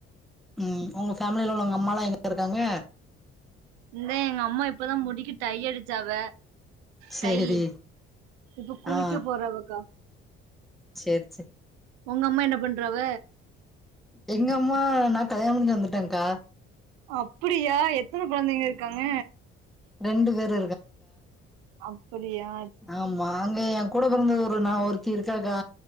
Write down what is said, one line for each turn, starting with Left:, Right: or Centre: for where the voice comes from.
Centre: உம் உங்க ஃபேமில உள்ள உங்க அம்மாலா எங்க இருக்காங்க
Right: இந்த எங்க அம்மா இப்பதா முடிக்கி டைய அடிச்சாவ
Centre: சேரி
Right: டையி இப்ப குளிக்க
Centre: ஆ
Right: போறவக்கா
Centre: சேரி சேரி
Right: உங்க அம்மா என்ன பண்றாவ
Centre: எங்க அம்மா நா கல்யாணோ முடிஞ்சு வந்துட்டக்கா
Right: அப்புடியா எத்தன கொழந்தைங்க இருக்காங்க
Centre: ரெண்டு பேரு
Right: அப்புடியா
Centre: ஆமாங்க எயா கூட பொறந்தது ஒரு நா ஒருத்தி இருக்காக்கா